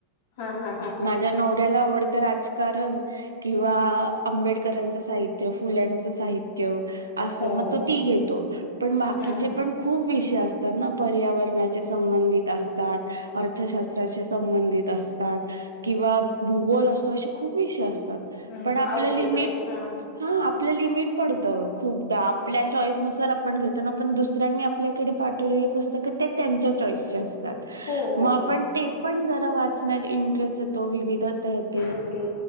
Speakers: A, on the left (about 55°); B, on the right (about 75°).
A: हा हा हा हा
B: माझ्या नवऱ्याला आवडतं राजकारण. किंवा आंबेडकरांचं साहित्य, फुल्यांचं साहित्य. असं
A: हो
B: मग,
A: हो
B: तो
A: हो
B: ती घेतो पण बाकीचे
A: हा
B: पण खूप विषय असतात ना, पर्यावरणाचे संबंधित असतात, अर्थशास्त्राचे
A: हो.
B: संबंधित असतात किंवा भूगोल असतो, अशे खूप विषय असतात.
A: ह
B: पण आपलं
A: आरोग्याच
B: लिमिट
A: हा.
B: हा आपलं लिमिट पडतं खूपदा, आपल्या चॉईस नुसार आपण घेतो ना पण दुसऱ्यांनी आ आपल्याकडे पाठवलेली पुस्तक ते त्यांच्या चॉईसचे असते.
A: हो हो
B: मग आपण
A: हो.
B: ते पण जरा वाचण्यात इंटरेस्ट येतो, विविधता येते.
A: हो ते